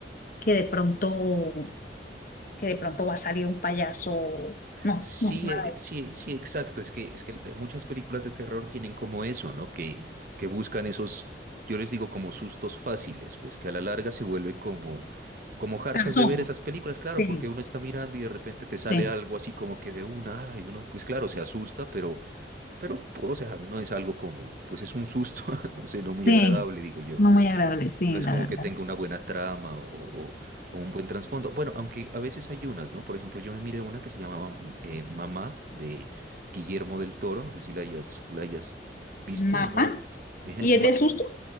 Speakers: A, on the left; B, on the right.
A: que de pronto, que de pronto va a salir un payaso. No,
B: Sí,
A: no, nada
B: eh,
A: de eso.
B: sí, sí, exacto. Es que, es que muchas películas de terror tienen como eso, ¿no? Que, que buscan esos, yo les digo como sustos fáciles, pues que a la larga se vuelven como, como hartas
A: Canzón.
B: de ver esas películas, claro,
A: Sí,
B: porque uno está mirando y de repente te sale
A: Sí,
B: algo así como que de una, ay, uno, pues claro, se asusta, pero, pero, o sea, no es algo como, pues es un susto, <laughs> no sé, no muy
A: sí.
B: agradable, digo yo.
A: No muy agradable, sí,
B: No es
A: la
B: como
A: verdad.
B: que tenga una buena trama o, o- o un buen trasfondo. Bueno, aunque a veces hay unas, ¿no? Por ejemplo, yo me miré una que se llamaba mm, eh, Mamá de Guillermo del Toro. No sé si la hayas, la hayas visto.
A: mamá.
B: No, Ejé,
A: ¿Y
B: Ma-
A: es de susto?